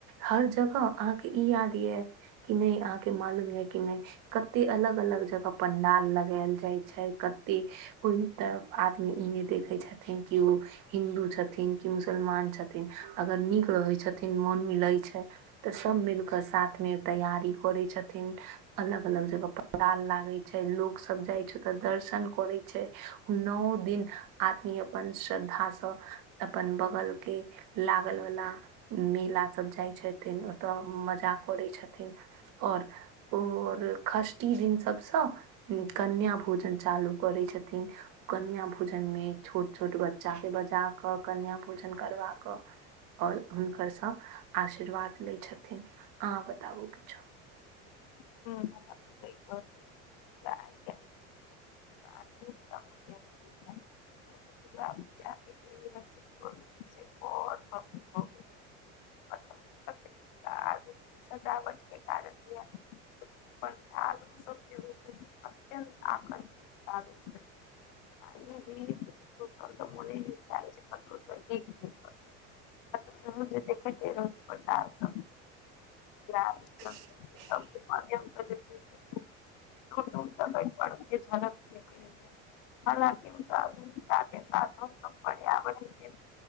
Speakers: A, on the right (about 60°); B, on the left (about 65°).
A: हर जगह अहाके ई याद या कि नहि अहाके मालूम या कि नहि कते अलग -अलग जगह पंडाल लगायल जाय छै कते कोहि तरफ आदमी ई ने देखे छथिन की ओ हिन्दू छथिन की मुसलमान छथिन, अगर नीक रहै छथिन, मोन मिलै छै तऽ सब मिल क साथ मे तैयारी करे छथिन, अलग अलग जगह पंडाल लागे छै लोक सब जाइ छै ओता दर्शन करै छै, नओ दिन आदमी अपन श्रद्धासँ, अपन बगल के लागल वाला मेला सब जाइ छथिन, ओता मजा करै छथिन और और खष्ठी दिन सबसँ कन्या भोजन चालू करै छथिन, कन्या भोजन मे छोट छोट बच्चा के बजा कऽ कन्या भोजन करबा कऽ आओर हुनकरसँ आशीर्वाद लै छथिन, अहां बताबू किछु।
B: <unintelligible> मतलब तकरीबन सजावट के कारण <unintelligible> आलू सब जे होइ छै से अत्यंत
A: ह।
B: आकर्षित लागैत रहै जे सोचल तऽ मोने नहि ख्याल छै कतौ से एक दिवस कतौ जे देखैत रह पंडाल सब या <unintelligible>
A: <unintelligible>
B: माध्यम से जे छै से
A: <unintelligible>
B: दूर दूर तक एहि पर्व के झलक देखेले एलिये <unintelligible> आधुनिकता के साथ हम सभ पर्यावरण के